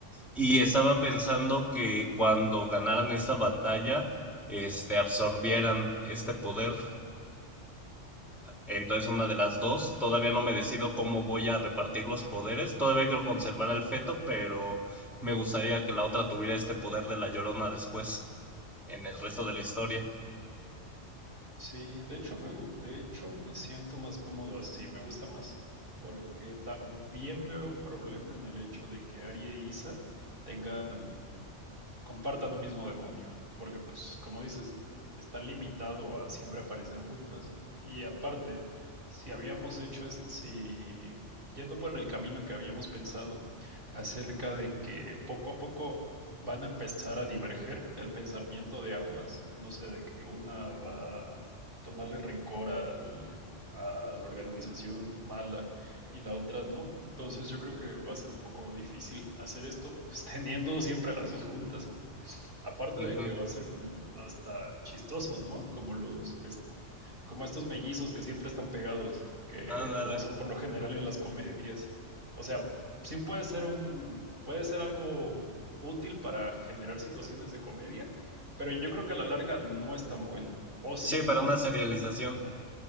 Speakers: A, in the centre; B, on the right (about 50°).
A: Y estaba pensando que cuando ganaran esta batalla, este, absorbieran este poder. Entonces una de las dos, todavía no me decido cómo voy a repartir los poderes, todavía quiero conservar al feto, pero me gustaría que la otra tuviera este poder de la Llorona después, en el resto de la historia.
B: Sí, de hecho me, gu- de hecho me siento más cómodo así, me gusta más, porque también veo un problema en el hecho de que Ari e Isa tengan, compartan un mismo demonio, porque pues como dices, está limitado a siempre aparecer juntas. Y aparte, si habíamos hecho, es- si yendo por el camino en que habíamos pensado acerca de que poco a poco van a empezar a diverger el pensamiento de ambas, no sé, de que una va tomarle rencor al, a la organización mala y la otra no. Entonces yo creo que va a ser un poco difícil hacer esto, <laughs> teniendo siempre las dos juntas. Aparte
A: Ujú.
B: de que va a ser como hasta chistoso, ¿no? Como los es- como estos mellizos que siempre están pegados, que
A: Ándale.
B: lo usan por lo general en las comedias. O sea, sí puede ser un, puede ser algo útil para generar situaciones de comedia, pero yo creo que a la larga no es tan bueno. O si
A: Sí,
B: no,
A: para una serialización.